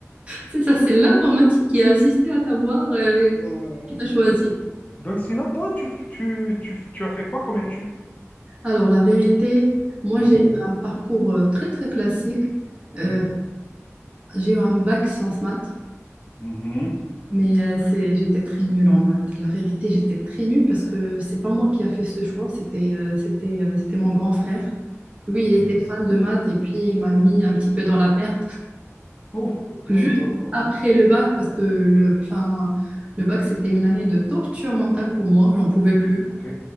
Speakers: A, on the right (about 25°); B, on the left (about 30°).
A: c'est ça, c'est l'informatique qui a assisté à t'avoir, euh,
B: Voilà,
A: qui t'a choisi.
B: voilà. Donc, sinon, toi, tu, f- tu, tu, f- tu as fait quoi comme étude?
A: Alors, la vérité, moi,
B: Mhm,
A: j'ai un parcours euh, très, très classique. Euh,
B: mhm,
A: j'ai eu un bac sciences maths.
B: mhm,
A: Mais euh, c'est, j'étais très nulle en maths. La vérité, j'étais très nulle parce que c'est pas moi qui a fait ce choix, c'était euh, c'était euh, c'était mon grand frère. Lui,
B: Ok.
A: il était fan de maths et puis il m'a mis un petit peu dans la merde
B: Oh,
A: <laughs>
B: oui,
A: juste
B: je vois ça.
A: après le bac parce que le, enfin, le bac, c'était une année de torture mentale pour moi, j'en pouvais plus.
B: Ok,